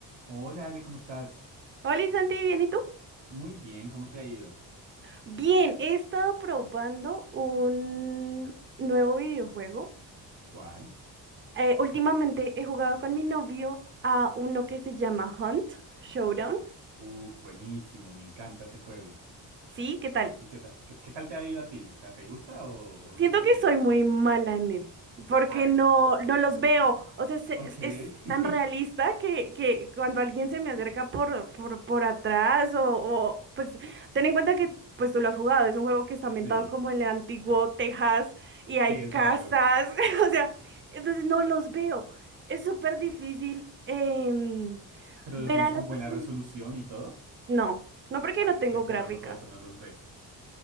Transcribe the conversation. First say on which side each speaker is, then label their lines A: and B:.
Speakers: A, on the right (about 70°); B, on the right (about 25°).
A: Hola Ale, ¿cómo estás?
B: Hola Santi, ¿bien y tú?
A: Muy bien, ¿cómo te ha ido?
B: Bien, he estado probando un nuevo videojuego.
A: ¿Cuál?
B: Eh, últimamente he jugado con mi novio a uno que se llama Hunt Showdown.
A: Uf, buenísimo, me encanta ese juego.
B: Sí, ¿qué tal?
A: ¿Y qué tal, qué, qué tal te ha ido a ti? O sea, ¿te gusta o, o
B: Siento
A: no te termina
B: que soy
A: de convencer?
B: muy mala en él, porque
A: A ver,
B: no, no los veo. O sea, se-
A: ok.
B: es, es
A: <laughs>
B: tan realista que, que cuando alguien se me acerca por, por, por atrás o, o, pues ten en cuenta que pues tú lo has jugado, es un juego que está ambientado
A: Sí,
B: como en el antiguo Texas y hay
A: sí, es
B: casas,
A: raro.
B: <laughs> o sea, entonces no los veo. Es súper difícil em,
A: ¿Pero
B: ver
A: lo tienes
B: a las
A: con buena
B: personas.
A: resolución y todo?
B: No, no porque
A: Vale,
B: no tengo
A: es que de
B: gráfica.
A: pronto por eso no los ves.